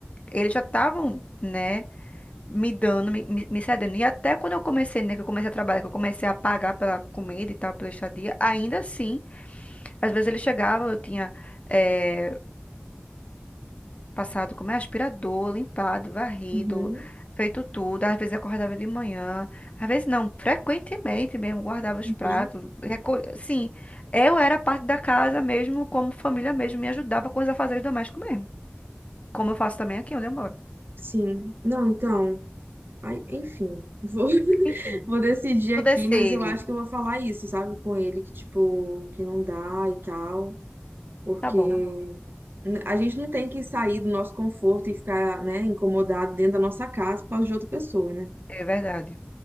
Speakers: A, on the left; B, on the right.
A: eles já estavam, né, me dando, me, me me cedendo. E até quando eu comecei, né, que eu comecei a trabalhar, que eu comecei a pagar pela comida e tal, pela estadia, ainda assim, às vezes eles chegavam, eu tinha... eh, Passado como é aspirador, limpado, varrido,
B: Uhum,
A: feito tudo. Às vezes acordava de manhã, às vezes não, frequentemente mesmo, guardava os
B: uhum,
A: pratos, recolhia. Sim, eu era parte da casa mesmo, como família mesmo, me ajudava com os afazeres domésticos mesmo. Como eu faço também aqui onde eu moro.
B: sim. Não, então, ai, enfim, vou, <laughs>
A: Enfim,
B: vou decidir
A: tudo
B: aqui,
A: é
B: mas
A: ele.
B: eu acho que eu vou falar isso, sabe, com ele, que, tipo, que não dá e tal, porque
A: Tá bom,
B: N- A gente não tem que sair do nosso conforto e ficar, né, incomodado dentro da nossa casa por causa de outra pessoa, né?
A: é verdade.